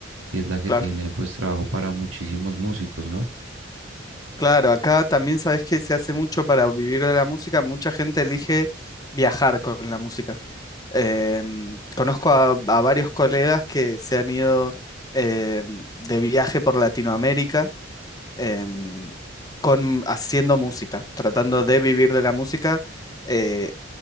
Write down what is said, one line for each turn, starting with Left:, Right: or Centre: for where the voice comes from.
Right: y es la que
Left: claro.
Right: tiene pues trabajo para muchísimos músicos, ¿no?
Left: Claro, acá también sabes que se hace mucho para vivir de la música, mucha gente elige viajar con la música. Em, conozco a, a varios colegas que se han ido em, de viaje por Latinoamérica em, con, haciendo música, tratando de vivir de la música eh,